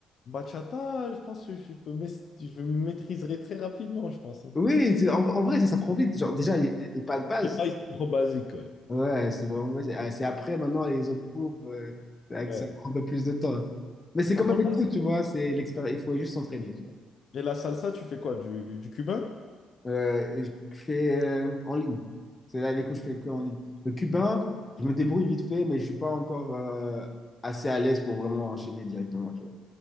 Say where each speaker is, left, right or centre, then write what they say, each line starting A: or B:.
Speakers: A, on the left; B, on the left.
A: bachata, je pense que je peux, maît- je maîtriserai très rapidement, je pense. hein.
B: Oui, c'est- en, en vrai, ça, ça prend vite. Genre, déjà, les, les pas de base,
A: Les pas, ils sont trop basiques, ouais.
B: Ouais, c'est vraiment... c'est ah, c'est après, maintenant, les autres cours, euh, ça
A: Ouais.
B: ça prend un peu plus de temps. Mais c'est
A: Par
B: comme
A: contre,
B: avec tout, tu vois, c'est l'expérience, il faut juste s'entraîner, tu vois.
A: et la salsa, tu fais quoi? Du, du cubain?
B: Euh, je fais euh, en ligne. C'est là, les cours, je fais que en ligne. Le cubain, je me débrouille vite fait, mais je suis pas encore euh, assez à l'aise pour vraiment enchaîner directement, tu vois.